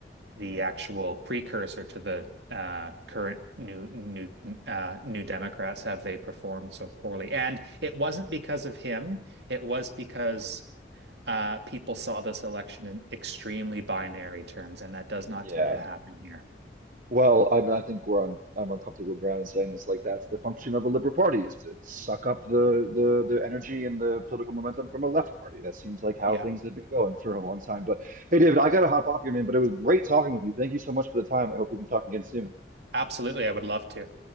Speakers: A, on the right; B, on the right.
A: the
B: man.
A: actual precursor to the uh, current New New uh, New Democrats have they performed so poorly. And it wasn't because of him; it was because uh, people saw this election in extremely binary terms, and that does not
B: Yeah.
A: tend to happen here.
B: Well, I mean, I think we're on I'm on comfortable ground in saying this. Like that's the function of a liberal party is to suck up the the the energy and the political momentum from a left party. That seems like how
A: Yeah,
B: things have been going for a long time. But hey, David, I gotta hop off here, man. But it was great talking with you. Thank you so much for the time. I hope we can talk again soon.
A: absolutely. I would love to.